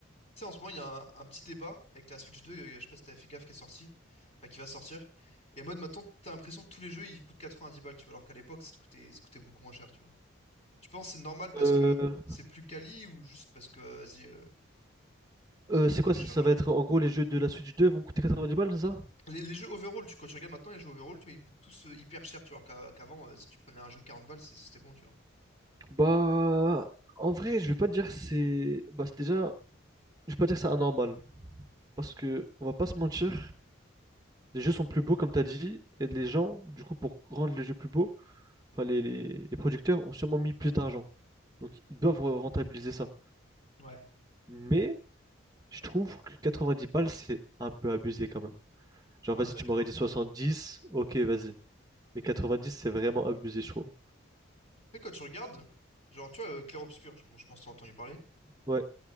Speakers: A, on the left; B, on the right.
A: Tu sais, en ce moment, il y a un, un petit débat avec la Switch 2, euh, je sais pas si t'avais fait gaffe, qui est sortie, enfin, qui va sortir. Et en mode, maintenant, t'as l'impression que tous les jeux, ils coûtent 90 balles, tu vois, alors qu'à l'époque, ça te coûtait, ça coûtait beaucoup moins cher, tu vois. Tu penses que c'est normal parce
B: Euh,
A: que c'est plus quali ou juste parce que, euh, vas-y, euh, ça
B: euh,
A: coûte
B: c'est quoi
A: plus
B: ça,
A: cher,
B: ça
A: juste...
B: va être en gros les jeux de la Switch 2 vont coûter 90 balles, c'est ça?
A: Les, les jeux overall, tu, quand tu regardes maintenant les jeux overall, tu vois, ils coûtent tous euh, hyper cher, tu vois, qu'à- qu'avant, euh, si tu prenais un jeu quarante balles, c'est- c'était bon, tu vois.
B: Bah, en vrai, je vais pas dire que c'est. Bah, c'est déjà. Je vais pas dire que c'est anormal. Parce que, on va pas se mentir, les jeux sont plus beaux, comme t'as dit, et les gens, du coup, pour rendre les jeux plus beaux, enfin, les, les, les producteurs ont sûrement mis plus d'argent. Donc, ils doivent re- rentabiliser ça.
A: Ouais.
B: Mais, je trouve que 90 balles, c'est un peu abusé quand même. Genre,
A: Ouais,
B: vas-y,
A: d'accord.
B: tu m'aurais dit 70, ok, vas-y. Mais 90, c'est vraiment abusé, je trouve.
A: Après, quand tu regardes, genre, tu vois, euh, Clair Obscur, je, bon, je pense que t'as entendu parler,
B: Ouais,